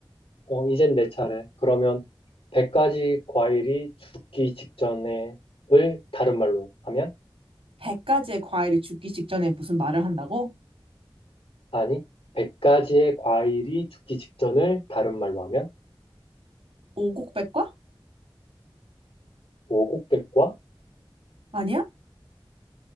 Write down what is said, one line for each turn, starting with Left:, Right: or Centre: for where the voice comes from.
Left: 어, 이젠 내 차례. 그러면 100가지 과일이 죽기 직전에를 다른 말로 하면?
Right: 100가지의 과일이 죽기 직전에 무슨 말을 한다고?
Left: 아니, 100가지의 과일이 죽기 직전을 다른 말로 하면?
Right: 오곡백과?
Left: 오곡백과
Right: 아니야?